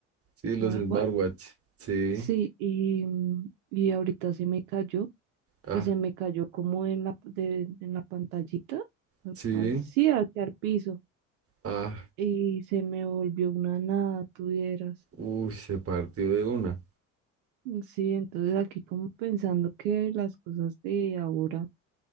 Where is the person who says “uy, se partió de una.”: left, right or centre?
Right